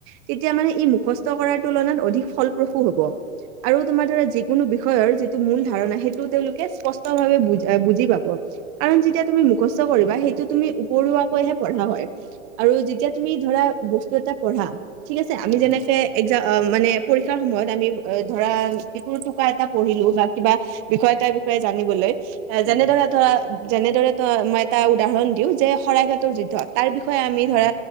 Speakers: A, on the right (about 25°); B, on the left (about 75°).
A: তেতিয়া মানে ই মুখস্থ কৰাৰ তুলনাত অধিক ফলপ্ৰসূ হ'ব। আৰু তোমাৰ ধৰা যিকোনো বিষয়ৰ যিটো মূল ধাৰণা সেইটো তেওঁলোকে স্পষ্টভাৱে বুজ বুজি পাব। কাৰণ যেতিয়া তুমি মুখস্থ কৰিবা সেইটো তুমি উপৰুৱাকৈহে পঢ়া হয়। আৰু যেতিয়া তুমি ধৰা বস্তু এটা পঢ়া ঠিক আছে আমি
B: উম
A: যেনেকে একজাম মানে পৰীক্ষাৰ সময়ত আমি ধৰা যিকোনো টোকা এটা পঢ়িলো বা কিবা বিষয় এটাৰ বিষয়ে জানিবলৈ এ
B: উম
A: যেনেদৰে ধৰা যেনেদৰে ত মই এটা উদাহৰণ দিওঁ যে শৰাইঘাটৰ যুদ্ধ তাৰ বিষয়ে আমি
B: উম
A: ধৰা
B: উম